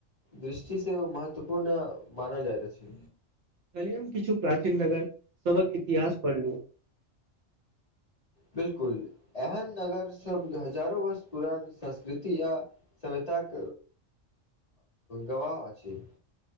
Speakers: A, on the left; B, on the right.
A: दृष्टि से महत्वपूर्ण मानल जायत अछि
B: कलिय हम किछु प्राचीन नगर सबक इतिहास पढ़लु <inaudible>
A: बिल्कुल एहन नगर सब हजारो वर्ष पुरान संस्कृति आ स ताक गवाह अछि